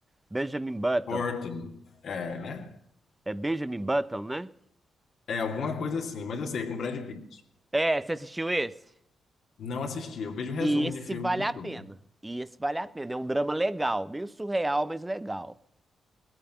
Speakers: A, on the right; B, on the left.
A: Benjamin Button.
B: Burton, é, né?
A: É Benjamin Button, né?
B: É alguma coisa assim, mas eu sei, é com Brad Pitt.
A: É, você assistiu esse?
B: Não assisti, eu vejo resumo
A: esse
B: de filme
A: vale
B: no YouTube.
A: a pena. esse vale a pena. É um drama legal. Meio surreal, mas legal.